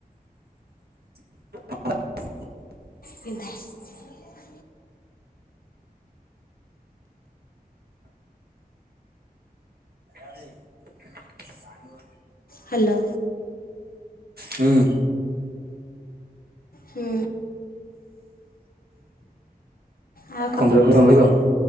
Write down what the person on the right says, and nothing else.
<unintelligible>
ଆ ଭ ସାଙ୍ଗ
ହୁଁ।
କମଲପୁର କର କ <unintelligible>